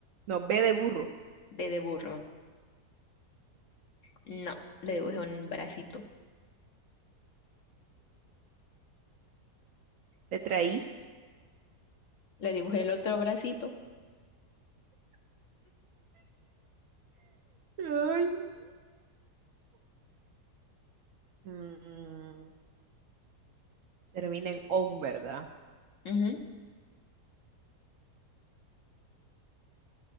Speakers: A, on the right; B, on the left.
A: No, B de burro.
B: de, de burro? No, le dibujé un bracito.
A: Letra I.
B: Le dibujé el otro bracito.
A: Ay, no. Mm. Termina en on, ¿verdad?
B: Ujú,